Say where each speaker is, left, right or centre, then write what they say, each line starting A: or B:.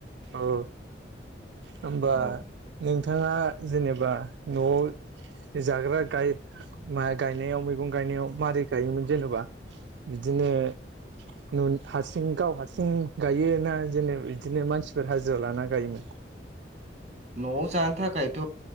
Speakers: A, on the right; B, on the right.
A: औ होमबा
B: औ
A: नों नोंथाङा जेनेबा न'आव जाग्रा गाय माइ गायनायाव मैगं गायना याव मारै गायोमोन जेनेबा बिदिनो नन हारसिं गाव हारसिं गायोना जेने इदिनो मानसि फोर हाजिरा लाना गायोमोन?
B: न'आव जानो थाखायथ'